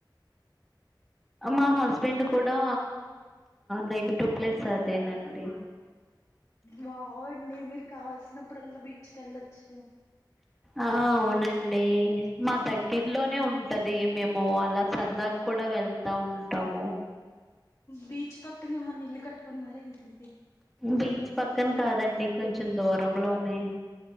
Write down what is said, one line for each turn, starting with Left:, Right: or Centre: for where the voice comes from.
Centre: మా హస్బెండ్ కూడా నెగటివ్ ప్లేస్ అదేనండి
Left: బాగుండి మీర్ కావల్సిన్ ప్పుడలా బీచ్కెళ్ళొచ్చు
Centre: ఆ అవునండి మా దగ్గర్లోనే ఉంటది మేము అలా సరదాక్కూడా వెళ్తా ఉంటాము
Left: బీచ్ పక్కనే ఎమన్న ఇల్లు కట్టుకున్నార ఏంటి అండి
Centre: బీచ్ పక్కన కాదండి కొంచెం దూరంలోనే